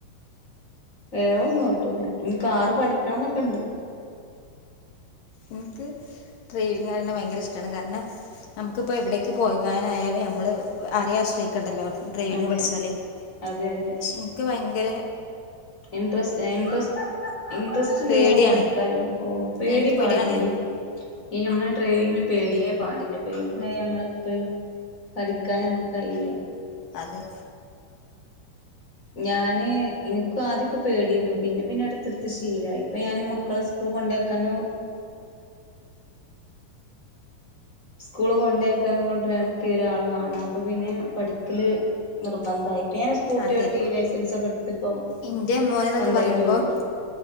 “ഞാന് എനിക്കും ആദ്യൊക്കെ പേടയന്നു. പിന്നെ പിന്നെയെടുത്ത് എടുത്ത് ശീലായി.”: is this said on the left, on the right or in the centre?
Left